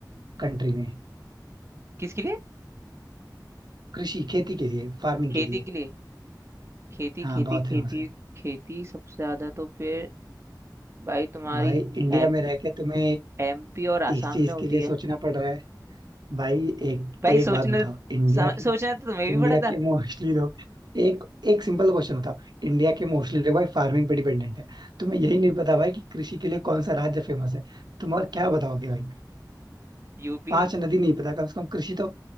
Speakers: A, on the right (about 70°); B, on the right (about 35°).
A: कंट्री में
B: किसके लिए
A: कृषि खेती के लिए फार्मिंग
B: खेती
A: के लिए
B: के लिए खेती
A: हाँ
B: खेती
A: बहुत
B: खेती
A: फेमस है
B: खेती सबसे ज्यादा तो फिर भाई तुम्हारी
A: भाई इंडिया
B: एमपी
A: में रह के तुम्हें
B: एमपी और आसाम
A: इस चीज
B: में होती
A: के लिए
B: है
A: सोचना पड़ रहा है भाई एक
B: भाई
A: एक
B: सोचने
A: बात बताओ
B: तो,
A: इंडिया
B: सम,
A: की
B: सोचना तो तुम्हें भी
A: इंडिया
B: पड़ा था
A: के मोस्टली लोग एक एक सिंपल क्वेश्चन होता इंडिया के मोस्टली लोग भाई फार्मिंग पे डिपेंडेंट है तुम्हें यही नहीं पता भाई कि कृषि के लिए कौन सा राज्य फेमस है तुम और क्या बताओगे भाई
B: यूपी
A: पांच नदी नहीं पता कम से कम कृषि तो